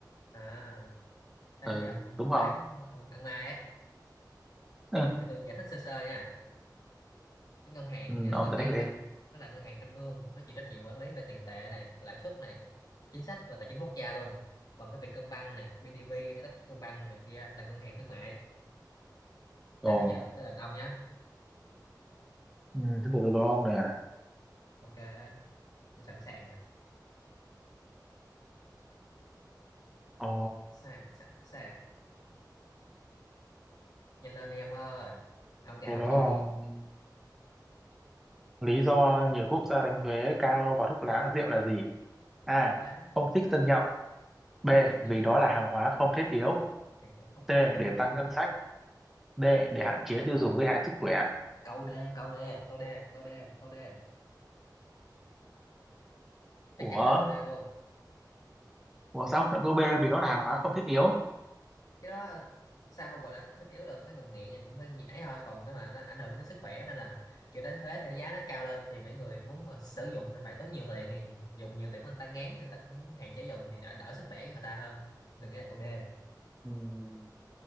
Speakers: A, on the left; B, in the centre.
A: à thế
B: ờ
A: thì ông
B: đúng không
A: đoán ông ăn Mai á
B: ừ,
A: để tôi giải thích sơ sơ nha cái ngân hàng
B: ừ,
A: nhà nước
B: ông
A: Việt
B: giải
A: Nam
B: thích đi
A: á nó là ngân hàng trung ương nó chịu trách nhiệm quản lý về tiền tệ này lãi suất này chính sách và tài chính quốc gia luôn còn cái Vietcombank này bidv hay Techcombank này kia là ngân hàng thương mại
B: ồ
A: thế bây giờ tới lượt ông nhá
B: ừ, thế thì tôi đố ông này à
A: ok tôi sẵn sàng rồi
B: ờ
A: sẵn sẵn sàng nhanh lên đi ông ơi ông gào
B: tôi đố
A: quá
B: ông
A: vậy
B: lý do nhiều quốc gia đánh thuế cao vào thuốc lá rượu là gì a
A: lá
B: không thích dân nhậu b
A: không thích dân
B: vì
A: nhậu
B: đó là hàng hóa không thiết yếu
A: hàng hóa không thiết
B: c
A: yếu
B: để tăng ngân sách D. Để hạn chế tiêu dùng gây hại sức khỏe.
A: câu D câu D câu D câu D câu D chắc
B: Ủa?
A: chắn là câu D luôn
B: Ủa sao không chọn câu B vì nó là hàng hóa không thiết yếu?
A: cái đó sao không gọi là không thiết yếu được mấy người nghiện thì cũng phải nhảy thôi còn nếu mà nó ảnh hưởng tới sức khỏe nên là kiểu đánh thuế là giá nó cao lên thì mấy người muốn mà sử dụng thì phải tốn nhiều tiền thì dùng nhiều tiền của người ta ngán người ta cũng hạn chế dùng thì đã đỡ sức khỏe cho người ta hơn đừng nghĩ là câu đê
B: Ừm,